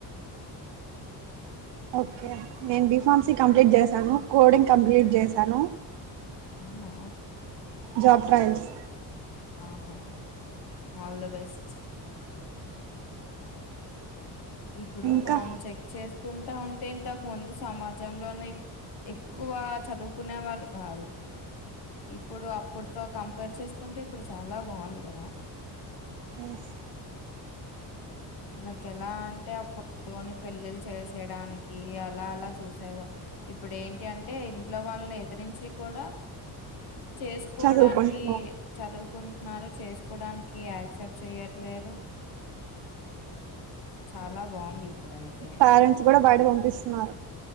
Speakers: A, on the right (about 75°); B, on the left (about 60°).
A: okay నేను బిఫార్మ్సిీ కంప్లీట్ చేశాను కోడింగ్ కంప్లీట్ చేశాను
B: అవునా
A: జాబ్ ట్రయల్స్
B: ఆ హ ఆల్ ద బెస్ట్ ఇప్పుడు
A: ఇంకా
B: మనం చెక్ చేసు కుంటా ఉంటే ఇంతకు ముందు సమాజంలోనే ఎక్కువ చదువుకునే వాళ్ళు కాదు ఇప్పుడు అప్పుటితో కంపేర్ చేసుకుంటే ఇప్పుడు చాలా బాగుంది కదా
A: ఎస్
B: వాళ్ళకి ఎలా అంటే ని పెళ్ళిళ్ళ చేసేయడానికి అలా అలా చూసేవా ఇప్పుడు ఏంటి అంటే ఇంట్లో వాళ్ళని ఎదిరించి కూడా చేసుకోవడానికి
A: చదువుకుంటున్నారు
B: చదువుకుంటున్నారు చేసు కోడానికి యాక్సెప్ట్ చెయట్లేదు చాలా బాగుంది ఇప్పుడైతే
A: పేరెంట్స్ కూడా బయట పంపిస్తున్నారు